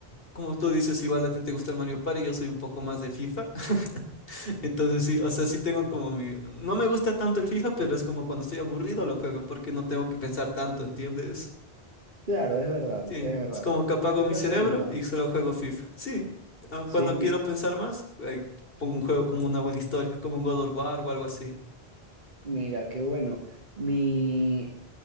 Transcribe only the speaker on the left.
como tú dices, igual a ti te gusta Mario Party, yo soy un poco más de FIFA, <laughs> entonces sí, o sea, sí tengo como mi, no me gusta tanto el FIFA, pero es como cuando estoy aburrido lo juego, porque no tengo que pensar tanto, ¿entiendes?
Sí,
es como que apago
mi cerebro
y solo juego FIFA. Sí, ah,
cuando
quiero pensar más, eh, pongo un juego como una buena historia, como un God of War o algo así.